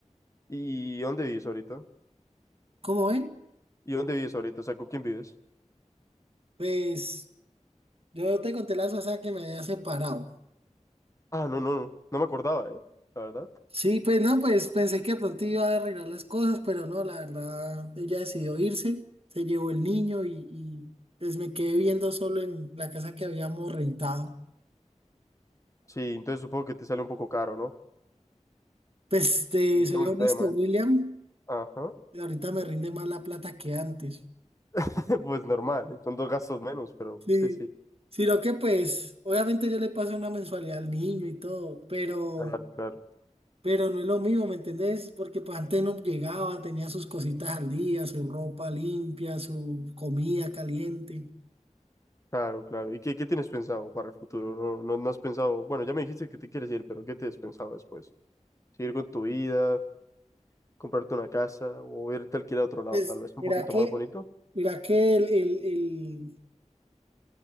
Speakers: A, on the left (about 25°); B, on the right (about 50°).
A: ¿Y dónde vives ahorita?
B: ¿Cómo ven?
A: ¿Y dónde vives ahorita? O sea, ¿con quién vives?
B: Pues, yo te conté la vez pasada que me había separado.
A: Ah, no, no, no. No me acordaba, ¿eh? La verdad.
B: Sí, pues no, pues pensé que de pronto iba a arreglar las cosas, pero no, la verdad, ella decidió irse, se llevó el niño y, y, pues me quedé viviendo solo en la casa que habíamos rentado.
A: Sí, entonces supongo que te sale un poco caro, ¿no?
B: Pues te
A: Y
B: soy
A: todo
B: honesto,
A: el tema,
B: William,
A: ¿eh? Ajá.
B: ahorita me rinde más la plata que antes.
A: <laughs> Pues normal, ¿eh? Son dos gastos menos, pero
B: Sí,
A: sí, sí.
B: sino que pues, obviamente yo le paso una mensualidad al niño y todo, pero,
A: Claro, claro.
B: pero no es lo mismo, ¿me entendés? Porque pues antes no llegaba, tenía sus cositas al día, su ropa limpia, su comida caliente.
A: Claro, claro. ¿Y qué, qué tienes pensado para el futuro? No, no, no has pensado, bueno, ya me dijiste que te quieres ir, pero ¿qué te has pensado después? ¿Seguir con tu vida, comprarte una casa o irte a alquilar a otro lado,
B: Pues
A: tal vez un
B: mira
A: poquito
B: que,
A: más bonito?
B: mira que el, el, el-